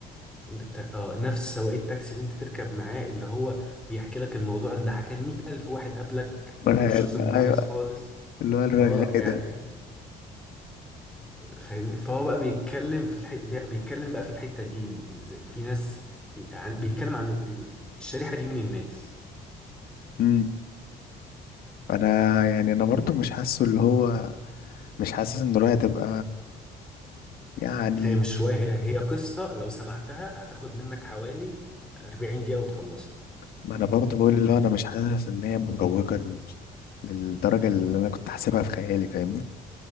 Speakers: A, in the centre; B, on the left.
A: انت- اه نفس سواق التاكسي اللي انت تركب معاه اللي هو بيحكي لك الموضوع اللي حكاه لمية ألف واحد قبلك
B: مرعب.
A: انت مش شخص
B: <laughs>
A: مميز
B: أيوه
A: خالص
B: اللي هو الرغاي
A: اه يعني
B: ده
A: فاهمني فهو بقى بيتكلم في الح... بي- بيتكلم بقى في الحتة دي ان ازاي في ناس يعني بيتكلم عن ال- الشريحة دي من الناس
B: أمم. أنا يعني أنا برضو مش حاسه اللي هو مش حاسس ان رؤيا تبقى يعني
A: هي مش رواية هي هي قصة لو سمعتها هتاخد منك حوالي 40 دقيقة وتخلصها
B: ما انا برضو بقول اللي هو انا مش حاسس ان هي مفوقة لل- للدرجة اللي انا كنت حاسبها في خيالي فاهمني